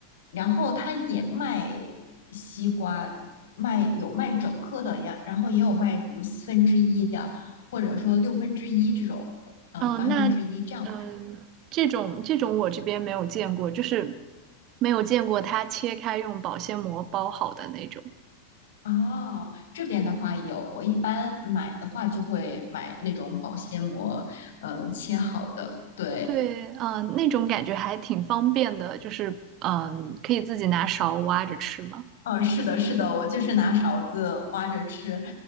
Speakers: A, on the left; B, on the right.
A: 然后它也卖西瓜，卖有卖整颗的呀，然后也有卖比如四分之一呀，或者说六分之一这种，呃，
B: 嗯，
A: 八分之一这样。
B: 那嗯，这种这种我这边没有见过，就是没有见过它切开用保鲜膜包好的那种。
A: 哦，这边的话有，我一般买的话就会买那种保鲜膜，呃，切好的。对，
B: 对，嗯，那种感觉还挺方便的，就是嗯，可以自己拿勺挖着吃嘛。
A: 哦，是的，是的，我就是拿勺子挖着吃，